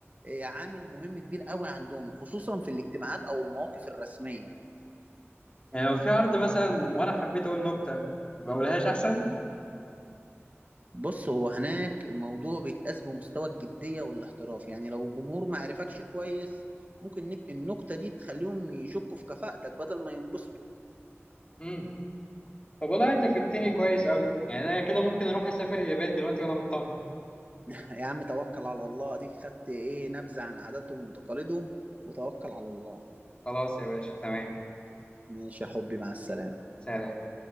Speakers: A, on the right; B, on the left.
A: آه، عامل مهم كبير قوي عندهم خصوصا في الاجتماعات او المواقف الرسمية
B: يعني لو في عرض مثلا وانا حبيت اقول نكته بقولهاش احسن
A: بص هو هناك الموضوع بيتقاس بمستوى الجدية والاحتراف يعني لو الجمهور ما عرفكش كويس ممكن نك- النكتة دي تخليهم يشكوا في كفاءتك بدل ما ينبسطوا
B: امم طب والله انت فدتني كويس قوي يعني انا كده ممكن اروح اسافر اليابان دلوقتي وانا مطمن
A: يا عم توكل على الله اديك خدت ايه نبذة عن عاداتهم وتقاليدهم وتوكل على الله
B: خلاص يا باشا تمام
A: ماشي يا حبي مع السلامة
B: سلام